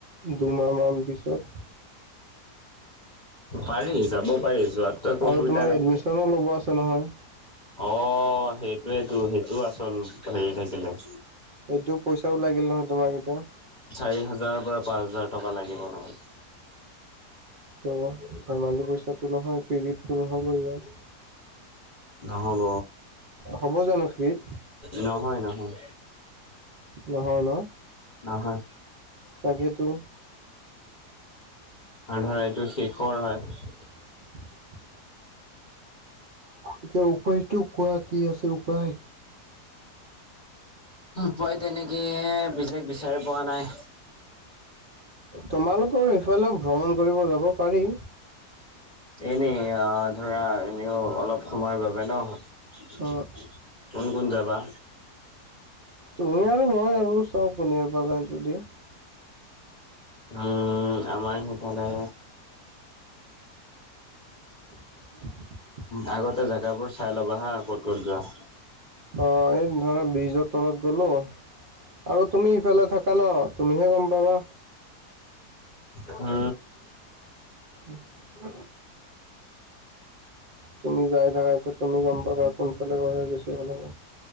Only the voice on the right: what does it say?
দুমাহমান পিছত।
আৰু
তোমাৰ
এডমিছনো ল'ব আছে নহয়।
সেইটো পইচাও লাগিল নহয় তোমাক এতিয়া।
টোও ধেমালি পইচাতো নহয়, ফিৰিততো নহ'ব এইবাৰ।
হ'ব জানো ফ্ৰীত
নহয় ন'?
তাকেতো
<unintelligible> এতিয়া উপায়টো কোৱা কি আছে উপায়
তোমালোকৰ সেইফালেও ভ্ৰমণ কৰিব যাব পাৰি
উম
তুমি আৰু মই আৰু চাওঁ কোনোবা যায় যদি
<unintelligible>
অ এই ধৰা ব্ৰিজৰ তলত গলো আৰু তুমি ইফালে থাক কা ন তুমিহে গম পাবা
উম হু তুমি যাই থাকা এইটো তুমি গম পাবা কোনফালে গ'লে বেছি ভাল হ'ব